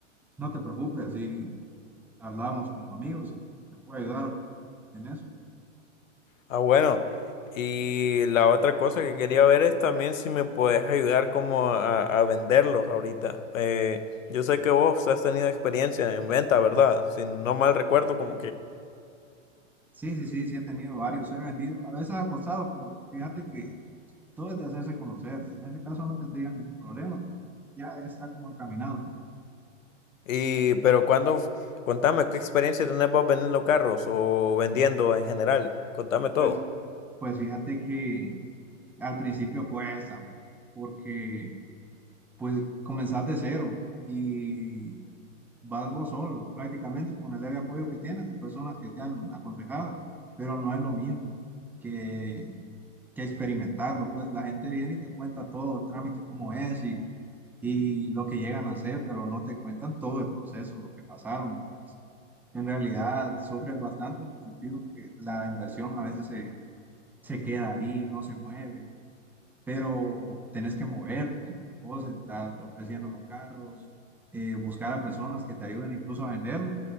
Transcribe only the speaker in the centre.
no te preocupes, si hablamos como amigos y te puedo ayudar en eso.
Sí,
sí, sí, sí, sí he tenido varios, he vendido, a veces ha costado, pero fíjate que todo es de hacerse conocer. En este caso no tendría ningún problema, porque ya está como encaminado. tú.
Pues, pues fíjate que al principio cuesta, porque pues comenzás de cero y vas vos solo, prácticamente con el leve apoyo que tienes de personas que te han aconsejado, pero no es lo mismo que, que experimentarlo. Pues la gente viene y te cuenta todo el trámite, cómo es y, y lo que llegan a hacer, pero no te cuentan todo el proceso, lo que pasaron. pues. en realidad sufres bastante en el sentido que la inversión a veces se, se queda ahí, no se mueve pero tenés que moverte, vos estar ofreciendo los carros, eh, buscar a personas que te ayuden incluso a venderlo